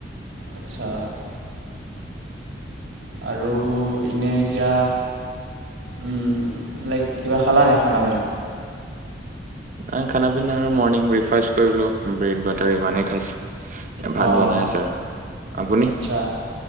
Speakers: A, on the right (about 85°); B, on the right (about 45°).
A: আচ্ছা। আৰু এনেই এতিয়া, উম লাইক কিবা খালা নাই খানা বেনা?
B: নাই খানা পিনা আৰু মৰ্ণিং ব্ৰেকফাষ্ট কৰিলো ব্ৰেড বাটাৰ ইমানেই খাইছো। এ ভাত
A: অঁ
B: বনাই আছে আৰু আপুনি।
A: আচ্ছা